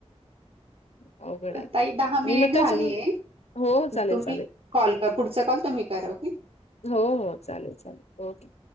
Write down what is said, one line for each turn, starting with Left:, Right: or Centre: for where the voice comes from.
Left: <inaudible>
Right: आताई दहा
Left: आणि
Right: मिनिट
Left: मग त्याच्यामुळे
Right: झालीय.
Left: हो चालेल
Right: तुम्ही
Left: चालेल
Right: कॉल क पुढचा कॉल तुम्ही करा. ओके
Left: हो हो चालेल चालेल ओके.